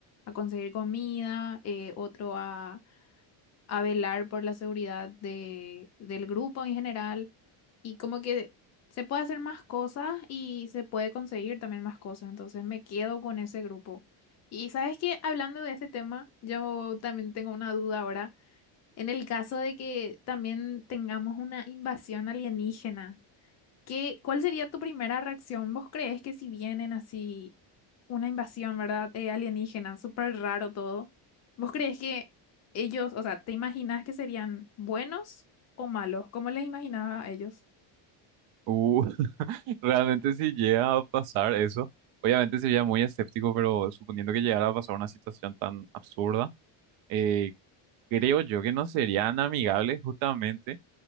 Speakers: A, on the left; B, on the right.
A: a conseguir comida, eh, otro a, a velar por la seguridad de, del grupo en general y como que se puede hacer más cosas y se puede conseguir también más cosas, entonces me quedo con ese grupo. Y sabes que hablando de este tema, yo también tengo una duda ahora. En el caso de que también tengamos una invasión alienígena, ¿qué, cuál sería tu primera reacción? ¿Vos crees que si vienen así una invasión, ¿verdad? eh, alienígena, súper raro todo, ¿vos crees que ellos, o sea, te imaginas que serían buenos o malos? ¿Cómo les imaginaba a ellos?
B: Uh. Realmente si llega a pasar eso, obviamente sería muy escéptico, pero suponiendo que llegara a pasar una situación tan absurda, eh, creo yo que no serían amigables justamente.